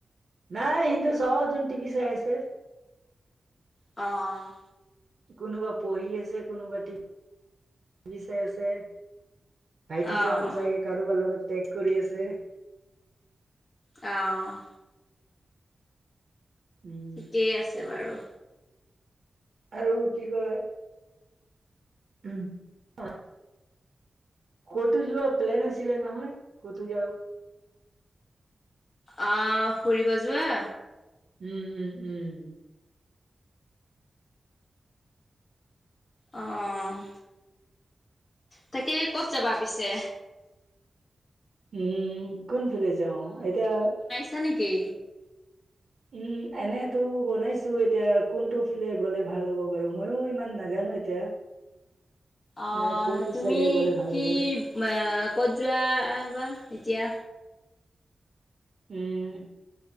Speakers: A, on the right; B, on the left.
A: নাই, এহঁতে চবজন টিভি চাই আছে।
B: অ' অ'!
A: কোনোবা পঢ়ি আছে, কোনোবা টি ভি চাই আছে। ভাইটিজন
B: অঁ
A: চাগে, কাৰোবাৰ লগত টেগ কৰি আছেঋ
B: অ'!
A: উম
B: ঠিকেই আছে বাৰু।
A: আৰু কি কয়! উম, অ'! ক'তো যোৱা প্লেন আছিলে নহয়, ক'তো যাওঁ।
B: অ'! ফুৰিব যোৱা?
A: উম, উম, উম।
B: অ' অ'! তাকে, ক'ত যাবা পিছে?
A: উম, কোনফালে যাওঁ? এতিয়া
B: গৈছা নেকি?
A: উম, এনেতো বনাইছোঁ এতিয়া। কোনটো ফিলে, গ'লে ভাল হ'ব বাৰু? মইও ইমান নাজানোঁ এতিয়া।
B: অ'!
A: মানে কোনটো
B: তুমি
A: চাইডে গ'লে ভাল
B: কি
A: হ'ব
B: আঁ বা ক'ত যোৱা বা এতিয়া?
A: উম,